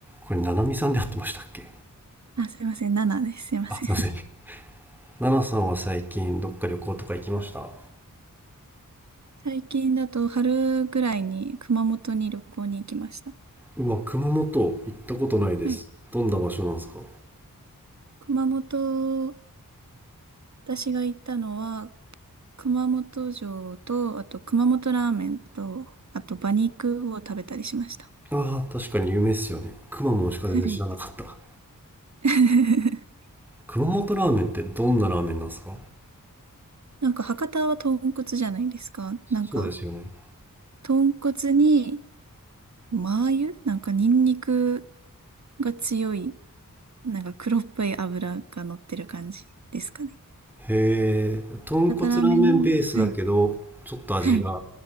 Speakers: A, in the centre; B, on the right.
A: これ、ななみさんで会ってましたっけ
B: あ、すいません、7です。すいません。
A: あ、すいません。
B: <laughs>
A: ななさんは最近どっか旅行とか行きました
B: 最近だと春ぐらいに熊本に旅行に行きました。
A: うわ、熊本行ったことないです。
B: はい。
A: どんな場所なんですか
B: 熊本、私が行ったのは、熊本城と、あと熊本ラーメンと、あと馬肉を食べたりしました。
A: ああ、確かに有名っすよね。熊本しか全然知らなかった。
B: はい。<laughs>
A: 熊本ラーメンってどんなラーメンなんですか
B: なんか博多は豚骨じゃないですか。なんか、
A: そうですよね。
B: 豚骨に、麻油なんかニンニクが強い、なんか黒っぽい油が乗ってる感じですかね。
A: へえ、豚骨ラーメンベースだけど、
B: 博多ラーメンの、はい。
A: ちょっと味が
B: はい。